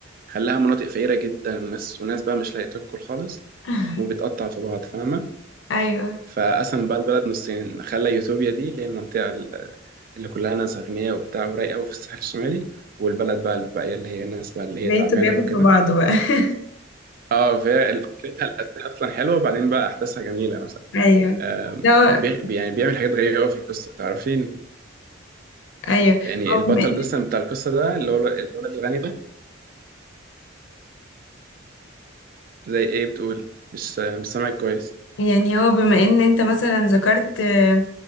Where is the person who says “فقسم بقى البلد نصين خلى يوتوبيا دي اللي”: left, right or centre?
Right